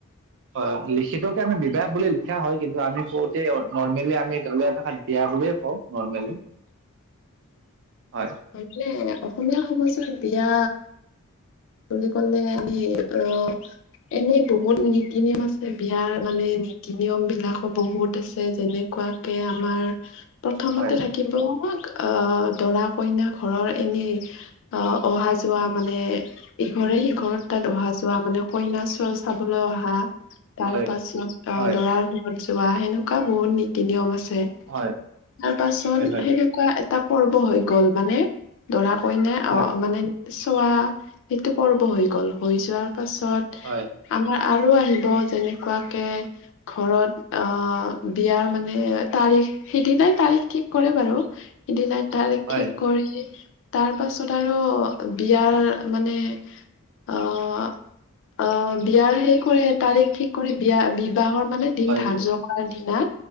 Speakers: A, on the right; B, on the left.
A: হয়ঁ লিখিতকে আমি বিবাহ বুলি লিখা হয় কিন্তু আমি কওতে নৰ্মেলি আমি গাওলিয়া ভাষাত বিয়া বুলিয়ে কওঁ নৰ্মেলি হয়।
B: এফালে অসমীয়া সমাজৰ বিয়া বুলি কলে আমি অ এনেই বহুত নীতি নিয়ম আছে বিয়াৰ মানে নীতি নিয়ম বিলাকো বহুত আছে যেনে- কুৱাকে আমাৰ প্ৰথমতে
A: হয়
B: থাকে। কিন্তু অঁ দৰা কইনা ঘৰৰ এনেই অঁ অহা যোৱা মানে ইঘৰে সিঘৰত তাত অহা যোৱা মানে কইনা চল চাবলৈ অহা তাৰ
A: হয়
B: পাছত অঁ
A: হয়
B: দৰাৰ ঘৰত যোৱা সেনেকুৱা বহুত নীতি নিয়ম আছে।
A: হয়
B: তাৰ পাছত
A: হয় হয়
B: সেনেকুৱা এটা পৰ্ব হৈ গ'ল মানে দৰা কইনে
A: হয়
B: অ মানে চোৱা এইটো পৰ্ব হৈ গ'ল হৈ যোৱাৰ পাছত-
A: হয়ঁ!
B: আমাৰ আৰু আহিব যেনেকুৱাকে- ঘৰত অঁ বিয়াৰ মানে তাৰিখ- সেইদিনাই তাৰিখ ঠিক কৰে বাৰু? সিদিনাই তাৰিখ
A: হয়
B: ঠিক কৰি তাৰ পাছত আৰু বিয়াৰ মানে অ', অ', বিয়াৰ হে কৰে তাৰিখ ঠিক কৰি বিয়া বিবাহৰ মানে দিন
A: হয়
B: ধাৰ্য্য কৰাৰ দিনা